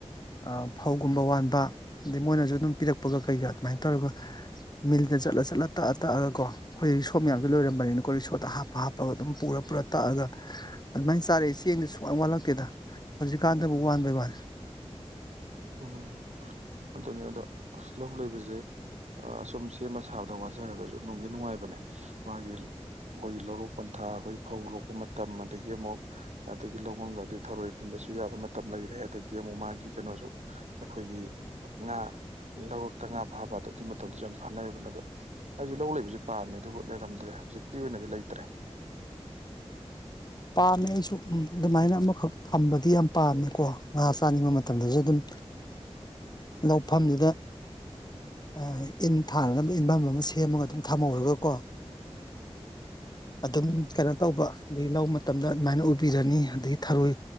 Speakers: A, on the left; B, on the right.
A: ꯑ ꯐꯧꯒꯨꯝꯕ ꯋꯥꯟꯕꯥ ꯑꯗꯩ ꯃꯣꯏꯅꯖꯨ ꯑꯗꯨꯝ ꯄꯤꯔꯛꯄꯒ ꯀꯩꯒ ꯑꯗꯨꯃꯥꯏꯟ ꯇꯧꯔꯒ ꯃꯤꯜꯗ ꯆꯠꯂ ꯆꯠꯂ ꯇꯛꯑ ꯇꯛꯑꯒꯀꯣ ꯈꯣꯏ ꯔꯤꯁꯣ ꯃꯌꯥꯝꯖꯨ ꯂꯣꯏꯔꯝꯕꯅꯤꯅꯀꯣ ꯔꯤꯁꯣꯇ ꯍꯥꯞꯄ ꯍꯥꯞꯄꯒ ꯑꯗꯨꯝ ꯄꯨꯔ ꯄꯨꯔ ꯇꯛꯑꯒ ꯑꯗꯨꯃꯥꯏꯟ ꯆꯥꯔꯛꯏ ꯆꯦꯡꯗꯤ ꯁꯨꯡꯋꯥꯟ ꯋꯥꯜꯂꯛꯇꯦꯗ ꯍꯧꯖꯤꯛꯀꯥꯟꯗꯕꯨ ꯋꯥꯟꯕꯩ ꯋꯥꯟ
B: ꯎꯝ ꯑꯗꯨꯅꯦ ꯑꯗꯣ ꯂꯧ ꯂꯩꯕꯖꯦ ꯑ ꯁꯨꯝ ꯁꯦꯝꯕ ꯁꯥꯕꯗ ꯋꯥꯖꯔꯒꯖꯨ ꯅꯨꯡꯗꯤ ꯅꯨꯡꯉꯥꯏꯕꯅꯦ ꯃꯥꯒꯤ ꯑꯈꯣꯏꯒꯤ ꯂꯧꯔꯣꯛ ꯄꯟꯊꯥ ꯑꯈꯣꯏ ꯐꯧ ꯂꯣꯛꯄ ꯃꯇꯝ ꯑꯗꯒꯤ ꯑꯃꯨꯛ ꯑꯗꯒꯤ ꯂꯧꯃꯨꯡꯗꯗꯤ ꯑꯗꯩ ꯊꯔꯣꯏ ꯈꯨꯟꯕꯁꯨ ꯌꯥꯕ ꯃꯇꯝ ꯂꯩꯔꯦ ꯑꯗꯒꯤ ꯑꯃꯨꯛ ꯃꯥꯒꯤ ꯀꯩꯅꯣꯁꯨ ꯑꯩꯈꯣꯏꯒꯤ ꯉꯥ ꯂꯧꯔꯛꯇ ꯉꯥ ꯐꯥꯕꯗꯣ ꯑꯗꯨꯏ ꯃꯇꯝꯗꯁꯨ ꯌꯥꯝ ꯐꯅꯩꯌꯦꯕꯅꯦ ꯑꯗꯣ ꯑꯩꯁꯨ ꯂꯧ ꯂꯩꯕꯁꯦ ꯄꯥꯝꯃꯦ ꯑꯗꯨꯕꯨ ꯂꯩꯔꯝꯗ꯭ꯔꯦ ꯍꯧꯖꯤꯛꯄꯨꯗꯤ ꯑꯣꯏꯅꯗꯤ ꯂꯩꯇ꯭ꯔꯦ
A: ꯄꯥꯝꯃꯦ ꯑꯩꯁꯨ ꯎꯝ ꯑꯗꯨꯃꯥꯏꯅ ꯑꯃꯈꯛ ꯊꯝꯕꯗꯤ ꯌꯥꯝ ꯄꯥꯝꯃꯦꯀꯣ ꯉꯥ ꯆꯥꯅꯤꯡꯕ ꯃꯇꯝꯗꯁꯨ ꯑꯗꯨꯝ ꯂꯧꯐꯝꯗꯨꯗ ꯑ ꯏꯟ ꯊꯥꯅꯕ ꯏꯟꯐꯝ ꯑꯃ ꯁꯦꯝꯃꯒ ꯑꯗꯨꯝ ꯊꯝꯃꯧꯔꯒꯀꯣ ꯑꯗꯨꯝ ꯀꯩꯅꯣ ꯇꯧꯕ ꯗꯤ ꯂꯧ ꯃ ꯇꯝꯗ ꯑꯗꯨꯃꯥꯏꯅ ꯎꯕꯤꯔꯅꯤ ꯑꯗꯒꯤ ꯊꯔꯣꯏ